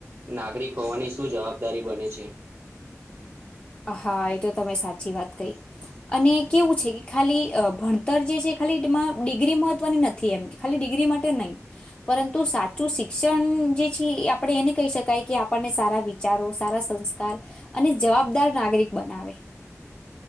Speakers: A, on the right (about 45°); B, on the left (about 25°).
A: નાગરિક હોવાની શું જવાબદારી બને છે.
B: હા. એ તો તમે સાચી વાત કહી. અને કેવું છે, કે ખાલી અહ ભણતર જે છે એ ખાલી ડિમાં ડિગ્રી મહત્વની નથી એમ કે ખાલી ડિગ્રી માટે નહીં. પરંતુ સાચું શિક્ષણ જે છે ઈ આપણે એને કહી શકાય કે આપણને સારા વિચ ચારો, સારા સંસ્કાર અને જવાબદાર નાગરિક બનાવે.